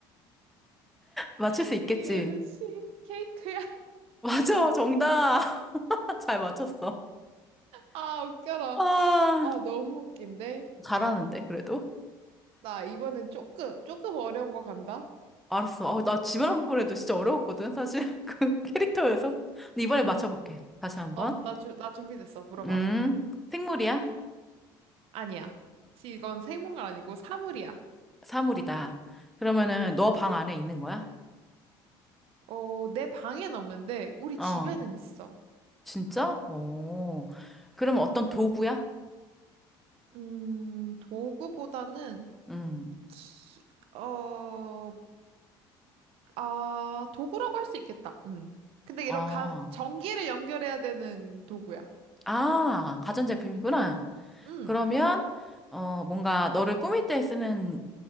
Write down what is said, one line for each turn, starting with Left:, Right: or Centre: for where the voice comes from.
Centre: 맞출
Right: <laughs>
Centre: 수 있겠지.
Right: 이 음식 케이크야?
Centre: 맞아, 정답. <laughs> 잘 맞췄어.
Right: 아, 웃겨라.
Centre: 아,
Right: 아, 너무 웃긴데?
Centre: 잘하는데, 그래도?
Right: 나 이번엔 조금, 조금 어려운 거 간다?
Centre: 알았어. 아, 나 집에 한번 해도 진짜 어려웠거든, 사실. <laughs> 그 캐릭터여서. 근데 이번에 맞춰볼게. 다시 한 번.
Right: 어, 나, 주, 나 준비됐어. 물어봐.
Centre: 음, 생물이야?
Right: 아니야. 지- 이건 생물은 아니고 사물이야.
Centre: 사물이다. 그러면은 너 방 안에 있는 거야?
Right: 어, 내 방엔 없는데 우리
Centre: 어,
Right: 집에는 있어.
Centre: 진짜? 오. 그러면 어떤 도구야?
Right: 음, 도구보다는
Centre: 음,
Right: 키, 어, 아, 도구라고 할 수 있겠다. 음. 근데
Centre: 어.
Right: 이런 감, 전기를 연결해야 되는 도구야.
Centre: 아, 가전제품이구나.
Right: 음.
Centre: 그러면 어 뭔가 너를 꾸밀 때 쓰는